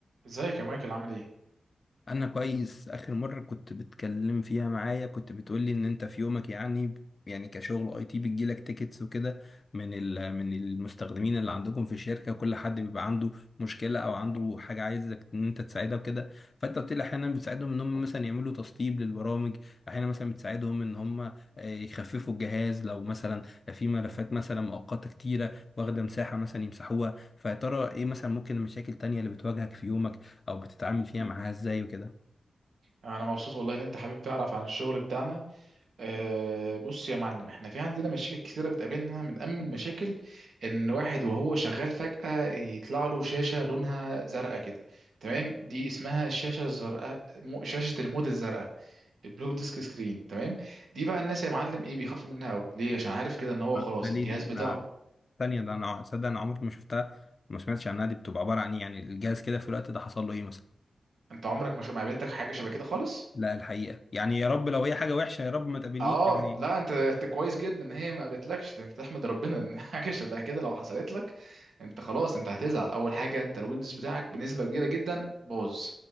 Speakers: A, on the right; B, on the left.
A: ازيك يا مايكل عامل ايه؟
B: انا كويس اخر مره كنت بتكلم فيها معايا كنت بتقولي ان انت في يومك يعني يعني كشغل اي تي بتجيلك تيكتس وكده من ال- من المستخدمين اللي عندكم في الشركه كل حد بيبقى عنده مشكله او عنده حاجه عايزك ان انت تساعدها وكده فانت قلت لي احيانا بتساعدهم ان هم مثلا يعملوا تسطيب للبرامج احيانا مثلا بتساعدهم ان هم آه، يخففوا الجهاز لو مثلا في ملفات مثلا مؤقته كتيره واخده مساحه مثلا يمسحوها فيا ترى ايه مثلا ممكن المشاكل التانيه اللي بتواجهك في يومك او بتتعامل فيها معاها ازاي وكده
A: انا مبسوط والله ان انت حابب تعرف عن الشغل بتاعنا أه بص يا معلم احنا في عندنا مشاكل كثيره بتقابلنا من اهم المشاكل ان واحد وهو شغال فجأة يطلع له شاشه لونها زرقاء كده تمام دي اسمها الشاشه الزرقاء مو- شاشه الموت الزرقاء البلو ديسك سكرين تمام دي بقى الناس يا معلم ايه بيخافوا منها قوي ليه عشان عارف كده ان هو خلاص
B: ده ليه
A: الجهاز
B: دي انا
A: بتاعه
B: ثانيه ده انا صدق انا عمري ما شفتها وما سمعتش عنها دي بتبقى عباره عن ايه يعني الجهاز كده في الوقت ده حصل له ايه مثلا
A: انت عمرك ما شو- ما قابلتك حاجه شبه كده خالص
B: لا الحقيقه يعني يا رب لو هي حاجه وحشه يا رب ما تقابلنيش
A: اه
B: يعني
A: لا انت انت كويس جدا ان هي ما قابلتلكش ده انت تحمد ربنا ان <laughs> حاجه شبه كده لو حصلت لك انت خلاص انت هتزعل اول حاجه انت الويندوز بتاعك بنسبه كبيره جدا باظ